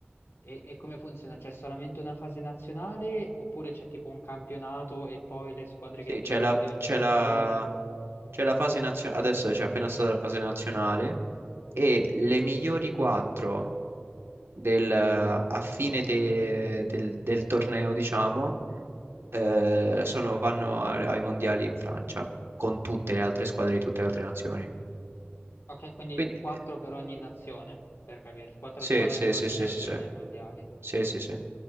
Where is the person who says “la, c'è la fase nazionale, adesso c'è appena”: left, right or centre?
Right